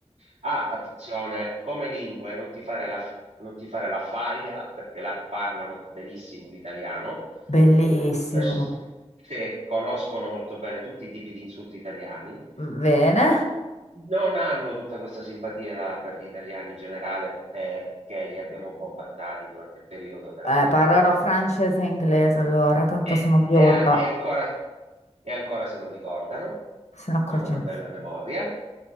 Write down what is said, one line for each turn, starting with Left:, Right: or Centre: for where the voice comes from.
Right: Ah, attenzione, come lingue non ti fare la, non ti fare la faiga perché la parlano benissimo l'italiano
Left: Bellissimo.
Right: Spesso se conoscono molto bene tutti i tipi di insulti italiani,
Left: Bene,
Right: non hanno tutta questa simpatia per gli italiani in generale perché li abbiamo bombardati durante il periodo della
Left: eh,
Right: seconda
Left: parlerò
Right: guerra mondiale
Left: francese e inglese allora, tanto
Right: e,
Left: sono bionda,
Right: e a- e ancora, e ancora se lo ricordano
Left: se ne accorge
Right: hanno una
Left: nessuno.
Right: bella memoria.